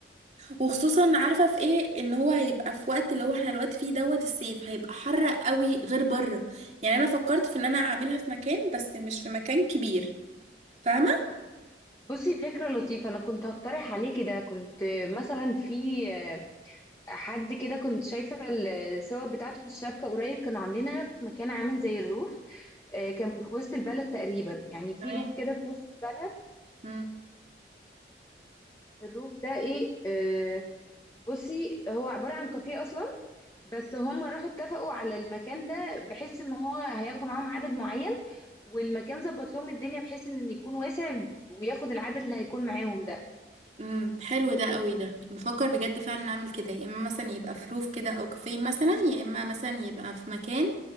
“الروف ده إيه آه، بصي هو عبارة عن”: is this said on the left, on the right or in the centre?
Left